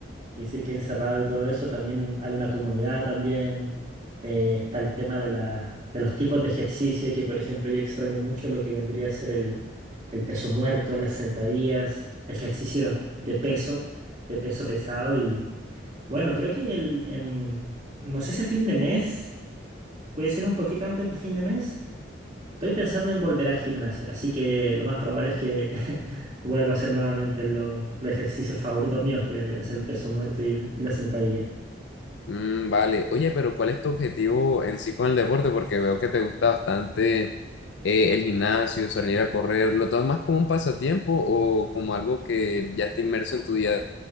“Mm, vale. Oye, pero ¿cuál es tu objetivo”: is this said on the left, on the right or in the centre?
Left